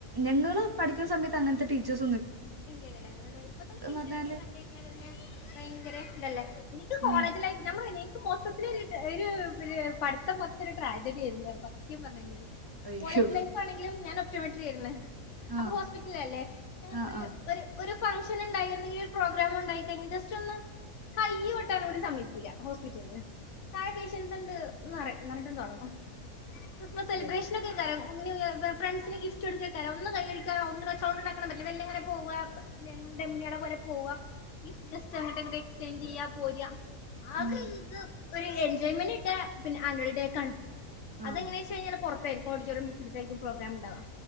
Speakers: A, on the right; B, on the left.
A: ഞങ്ങള് പഠിക്ക്ന്ന സമയത്ത് അങ്ങനത്തെ ടീച്ചേസ്
B: ഇല്ലല്ലേ ഇപ്പയത്തെ ടീച്ചേഴ്സിനെ
A: പറഞ്ഞാല്
B: കണ്ട് കഴിഞ്ഞാൽതന്നെ ഭയങ്കര തല്ലേ എനിക്ക് കോളേജ്
A: ഉം,
B: ലൈഫ് നമ്മള് എനിക്ക് മൊത്തത്തിലൊര് ട ഒര് ര് പഠിത്തം മൊത്തം ഒരു ട്രാജടി ആയിര്ന്ന് സത്യം പറഞ്ഞ് കഴിഞ്ഞാല്
A: അയ്യോ
B: കോളേജ് ലൈഫ് ആണെങ്കിലും ഞനൊ റ്റോമെറ്റ്റിയാര്ന്ന്
A: ആ
B: അപ്പൊ ഹോസ്പിറ്റലല്ലേ ഞ
A: ആ
B: ഒര്
A: ആ
B: ഒര് ഒര് ഫംഗ്ഷന്ണ്ടായി ഒന്നെങ്ങി ഒര് പ്രോഗ്‌രാമ്ണ്ടായി കഴിഞ്ഞ ജസ്റ്റൊന്ന് കയ്യ് കൊട്ടാനൂടിം സമ്മയ്ക്കൂല ഹോസ്പിറ്റൽല് താഴെ പേഷ്യൻസ് ഇണ്ട് ന്ന് റിം ന്നറിഞ്ഞിട്ടം തൊടങ്ങും ക്രിസ്മസൽബ്രേഷനൊക്കെയ്ക്കാരം
A: ഓ
B: കോ ന്ന് ഫ്രണ്ട്സിന് ഗിഫ്റ്റ് കൊടുക്കട്ടെയ്ക്കാരം ഒന്ന് കൈയ്യടി <unintelligible> പോവാ ഡെമ്മിളെ പോലെ പോവാ ഇസ്റ്റ് ജസ്റ്റ് അങ്ങനെ തന്നെ എക്സ്ചേഞ്ചയ്യ പോരാ <unintelligible>
A: ഉം
B: ഒരു എൻജോയ്മെന്റ് കിട്ടാ പിന്നെ ആനുവൽ ഡേക്കാണ് അതെങ്ങനെച്ച്
A: ആഹ്
B: കയ്ഞ്ഞാൽ പൊർ ഓഡിറ്റോറിയം ബുക്കെയ്തിട്ടായിരിക്കും പ്രേഗ്രാമ്ണ്ടാവാ